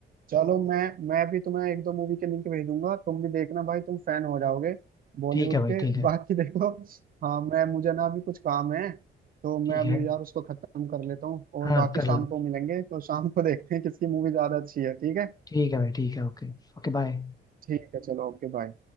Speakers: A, on the right (about 45°); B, on the left (about 20°).
A: चलो मैं मैं भी तुम्हें एक दो मूवी के लिंक भेजूंगा तुम भी देखना भाई तुम फैन हो जाओगे बॉलीवुड
B: ठीक है भाई
A: के
B: ठीक है
A: <laughs> बाकी देखो हाँ मैं मुझे ना अभी कुछ काम है तो
B: ठीक
A: मैं अभी
B: है
A: यार उसको खत्म कर लेता हूँ और
B: हाँ
A: बाकी
B: कर
A: शाम
B: लो
A: को मिलेंगे तो शाम को देखते हैं किसकी मूवी ज्यादा अच्छी है ठीक है
B: ठीक है भाई ठीक है ओके Okay bye
A: ठीक है चलो ओके बाय